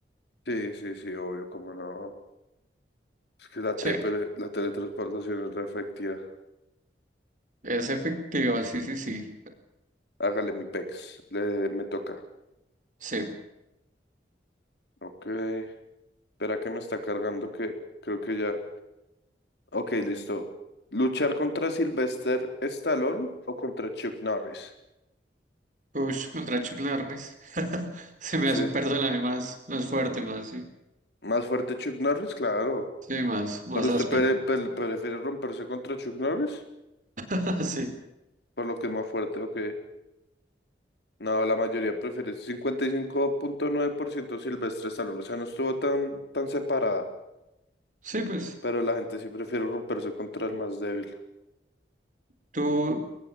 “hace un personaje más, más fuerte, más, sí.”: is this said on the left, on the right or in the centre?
Right